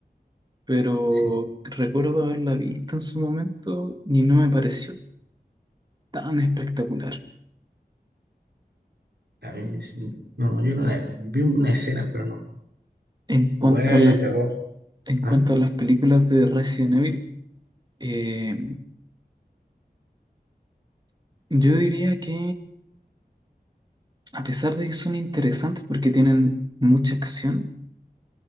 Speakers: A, on the right; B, on the right.
A: Pero
B: Sí,
A: recuerdo haberla visto en su momento y no me pareció tan espectacular.
B: a mí, sí, no, no, yo no la vi una escena, pero no.
A: En cuanto
B: Buena
A: a las,
B: de terror.
A: en cuanto
B: ¿Ah?
A: a las películas de Resident Evil, eh, yo diría que A pesar de que son interesantes porque tienen mucha acción,